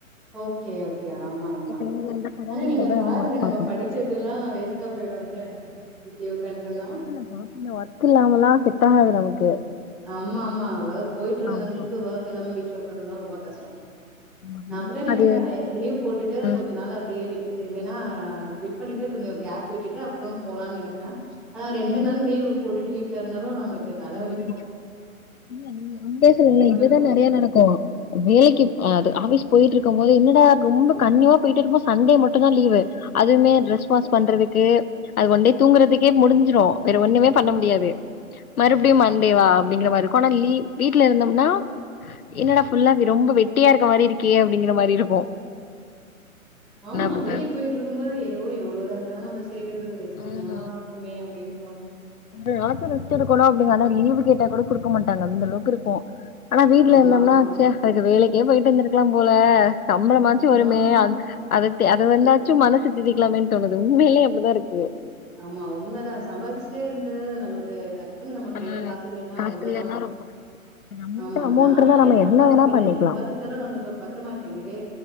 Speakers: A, in the centre; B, on the left.
A: ஓகே ஓகே ஆமா ஆமா
B: இப்ப இங்க இந்த சரௌண்டிங்லதா
A: ஆனா நீங்க பாருங்க
B: எதுவு ஒர்க்
A: நம்ம
B: பாக்கணு
A: படி ச்சதெல்லா வேஸ்ட்டா போயிடுல்ல வீட்லயே உக்காட்ன்ருந்தா
B: ஆ பின்ன ஒர்க் இல்லாமல்லா செட்டாகாது நமக்கு
A: ஆமா ஆமா ஒர்க் போயிட்ருந்தவங்களுக்கு
B: ஆமா
A: ஒர்க் இல்லாம வீட்ல உக்காரணுன்னா ரொம்ப கஷ்டோ
B: ஆமா,
A: நா கூட நெனப்பே
B: அது
A: லீவ் போட்டுட்டு
B: ம்
A: கொஞ்ச நாள் அப்டியே விட்டு இனுந்தனா குவிட் பண்ணிட்டு கொஞ்ச கேப் விட்டுட்டு அப்றோ போலான்னு நெனப் ப்பே ஆனா ரெண்டு
B: ம்
A: நாள் லீவ் போட்டுட்டு வீட்ல இருந்தாலு நம்மளுக்கு தலவலிக்கு
B: போர் அடிக்கு இல்ல நீங்க உண்மைய சொல்லுங்க இதுதா
A: இருக்கு
B: நெறைய நடக்கு வேலைக்கு அது ஆஃபிஸ் போயிட்டு இருக்கம்போது என்னடா ரொம்ப கன்னியூவா போயிட்டுருக்கம்போது சண்டே மட்டுதா லீவு அதுவுமே ட்ரெஸ் வாஷ் பண்றதுக்கு அது ஒன்டே தூங்கறதுக்கே முடிஞ்சிரு வேற ஒண்ணுமே பண்ண முடியாது மறுப்டியு மண்டேவா அப்டிங்கிற மாரிருக்கு ஆனாலீ வீட்லருந்தம்னா என்னடா ஃபுல்லா ரொம்ப வெட்டியா இருக்க மாரிருக்கே அப்டிங்கிற மாரி இருக்
A: ஆமா
B: பண்றது
A: வேலைக்கு போயிட் டுருக்கு போதே யோ எவ்ளோ வேலதா நம்ம செய்றது ரெஸ்ட்
B: ஆஹ்
A: இருந்தா நல்லா இருக்குமே அப்டின் தோணு
B: ம் நமக்கு ரெஸ்ட் எடுக்கணு அப்டின் ஆனா லீவு கேட்டா கூட குடுக்க மாட்டாங்க அந்த அளவுக்கு இருக்கு ஆனா வீட்ல
A: ஆமாமா.
B: இருந்தம்னா ச்ச அதுக்கு வேலைக்கே போயிட்டு வந்திருக்கலா போல சம்பமள மாச்சு வருமே
A: ஆமா,
B: அது அது வந்தா ச்சு மனசு திதிக்கலாமேன் தோணுது உண்மைலே அப்டிதா இருக்கு
A: ஆமா உண்மதா சம்பாதிச்சுட்டே இருந்து நம்மளுக்கு டக் குன்னு நம்ம
B: ஆனா
A: கையில காசு இல்லனா
B: காசு
A: அவ்ளோதா
B: இல்லன்னா ரொம்ப கஷ்டம். நம்மள்ட்ட
A: ஆமா
B: அமௌண்ட்
A: நானே
B: இருந்தா நம்ம
A: சம்பாதிக்கிறே
B: என்ன வேணா பண்ணிக்கலா
A: சம்பாதி ச்சாலு நம்ளுக்கு பத்த மாட்டேங்குதே